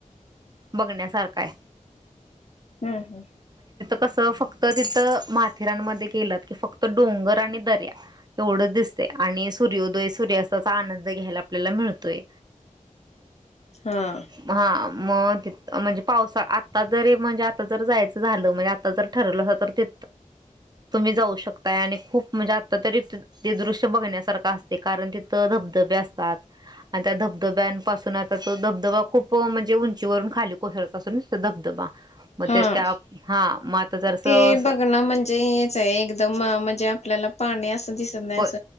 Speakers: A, on the right (about 30°); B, on the left (about 55°).
A: बघण्यासारखये.
B: हम्म हम्म.
A: कसं फक्त तिथं माथेरानमध्ये गेलंत की फक्त डोंगर आणि दर्या एवढंच दिसते आणि सूर्योदय सूर्यास्ताचा आनंद घ्यायला आपल्याला मिळतोय.
B: हा
A: हा. मग त म्हणजे पावसा आता जरी म्हणजे आता जर जायचं झालं म्हणजे आता जर ठरलं अस तर ते तुम्ही जाऊ शकताय, आणि खूप म्हणजे आत्ता तरी ते दृश्य बघण्यासारखं असते कारण तिथं धबधबे असतात. आणि त्या धबधब्यांपासून आता तो धबधबा खूप म्हणजे उंचीवरून खाली कोसळत असून धबधबा. मग
B: हा
A: ते त्या हा मग आता जरासं
B: ते बघणं म्हणजे हेच आहे एकदम म्हणजे आपल्याला पाणी असं दिसत नाही
A: होय
B: अस